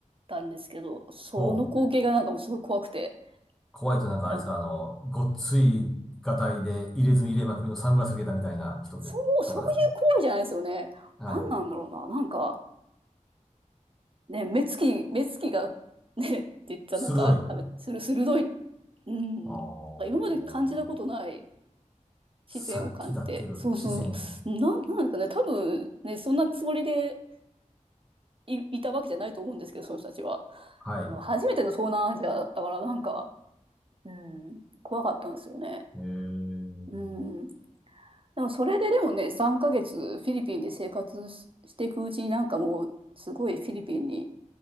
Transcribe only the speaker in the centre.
ほう。怖いとなんかあれですか、
あの、ごっついガタイで入れ墨入れまくりのサングラスかけたみたいな人で、
とかですかはい。
鋭い。
あー。
殺気立ってる視線。
はい。
えー、